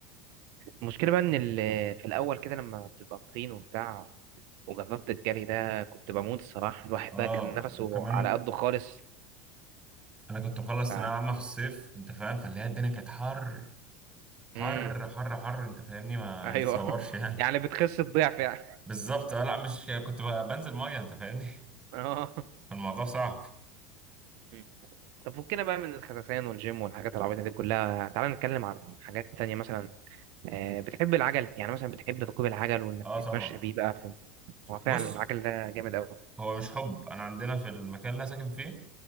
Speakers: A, on the right; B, on the right.
A: المشكلة بقى إن ال- في الأول كده لما بتبقى تخين وبتاع وجففت الجري ده كنت بموت الصراحة الواحد
B: اه
A: بقى كان نفسه
B: وكمان
A: على قده خالص
B: انا كنت مخلص
A: ف
B: ثانويه عامه في الصيف انت فاهم فاللي هي الدنيا كانت حر حر
A: مم.
B: حر حر انت فاهمني ما
A: أيوه
B: يتصورش
A: <laughs>
B: يعني
A: يعني بتخس الضعف يعني
B: <laughs>
A: <laughs>
B: بالظبط اه لا مش كنت ب- بنزل ميه انت فاهمني
A: اه
B: <laughs> الموضوع صعب
A: مم. طب فكنا بقى من الخساسين والجيم والحاجات العبيطة دي كلها تعالى نتكلم عن حاجات تانية مثلا آه، بتحب العجل يعني مثلا بتحب ركوب العجل وإنك
B: اه
A: تتمشى
B: طبعا
A: بيه بقى في هو فعلا
B: بص
A: العجل ده جامد أوي
B: هو مش حب انا عندنا في المكان اللي انا ساكن فيه